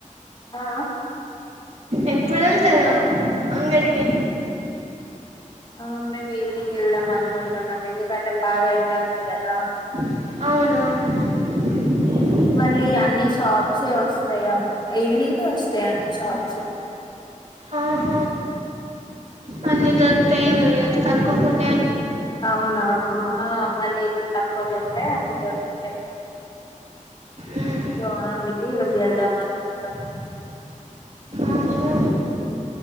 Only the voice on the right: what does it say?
ఎప్పుడు వెళ్తారు అంగడికి
అవునవును
ఆహ అన్నీ దొరుకతాయి ఏమో ఈరోజు కనుకోకుండా
మ్మ్.
ఆహా